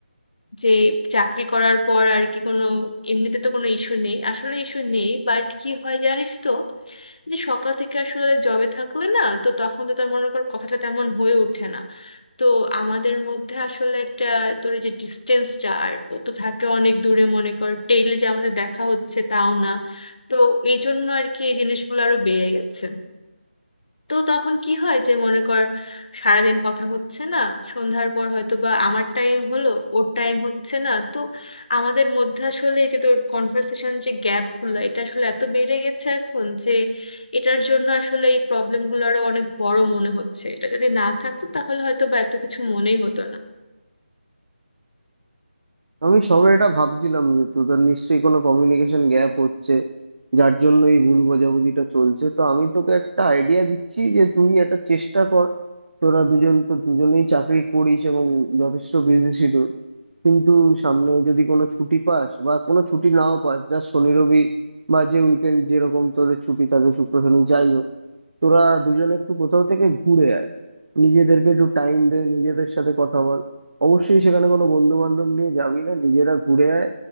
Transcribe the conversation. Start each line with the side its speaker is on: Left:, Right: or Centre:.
Left: যে চাকরি করার পর আর কি কোনো এমনিতে তো কোনো ইস্যু নেই আসলে ইস্যু নেই বাট কি হয় জানিস তো যে সকাল থেকে আসলে জবে থাকলে না তো তখন তো তার মনে কর কথাটা তেমন হয়ে ওঠে না তো আমাদের মধ্যে আসলে একটা তোর এই যে ডিস্টেন্সটা আর ও তো থাকে অনেক দূরে মনে কর ডেইলি যে আমাদের দেখা হচ্ছে তাও না তো এই জন্য আর কি এই জিনিসগুলো আরো বেড়ে গেছে তো তখন কি হয় যে মনে কর সারাদিন কথা হচ্ছে না সন্ধ্যার পর হয়তো বা আমার টাইম হলো ওর টাইম হচ্ছে না তো আমাদের মধ্যে আসলে এই যে তোর কনভার্সেশন যে গ্যাপ গুলো এটা আসলে এত বেড়ে গেছে এখন যে এটার জন্য আসলে এই প্রবলেম গুলো আরো অনেক বড় মনে হচ্ছে এটা যদি না থাকতো তাহলে হয়তো বা এত কিছু মনেই হতো না
Right: আমি সবে এটা ভাবছিলাম যে তোদের নিশ্চয়ই কোনো কমিউনিকেশন গ্যাপ হচ্ছে যার জন্য এই ভুল বোঝাবুঝিটা চলছে তো আমি তোকে একটা আইডিয়া দিচ্ছি যে তুই একটা চেষ্টা কর তোরা দুজন তো দুজনেই চাকরি করিস এবং যথেষ্ট বিজি শিডিউল কিন্তু সামনে যদি কোনো ছুটি পাস বা কোনো ছুটি নাও পাস যা শনি রবি বা যে উইকেন্ড যেরকম তোদের ছুটি থাকে শুক্র শনি যাই হোক তোরা দুজনে একটু কোথাও থেকে ঘুরে আয় নিজেদেরকে একটু টাইম দে নিজেদের সাথে কথা বল অবশ্যই সেখানে কোনো বন্ধু বান্ধব নিয়ে যাবি না নিজেরা ঘুরে আয়